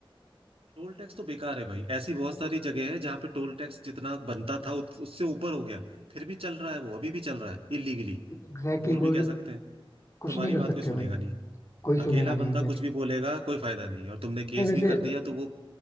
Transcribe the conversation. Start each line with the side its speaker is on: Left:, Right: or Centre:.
Right: टोल टैक्स तो बेकार है भाई ऐसी बहुत सारी जगह है जहाँ पे टोल टैक्स जितना बनता था उत, उससे ऊपर हो गया फिर भी चल रहा है वो अभी भी चल रहा है इलीगली
Left: एग्जैक्टली
Right: अब बोल
Left: exactly
Right: भी
Left: वो
Right: क्या सकते हैं
Left: कुछ
Right: तुम्हारी
Left: नहीं कर
Right: बात
Left: सकते
Right: कोई सुनेगा
Left: भाई
Right: नहीं
Left: कोई सुनेगा
Right: अकेला
Left: नहीं
Right: बंदा
Left: Exactly
Right: कुछ भी बोलेगा कोई फायदा नहीं और तुमने
Left: exactly.
Right: केस
Left: नहीं वैसे
Right: भी कर दिया तो वो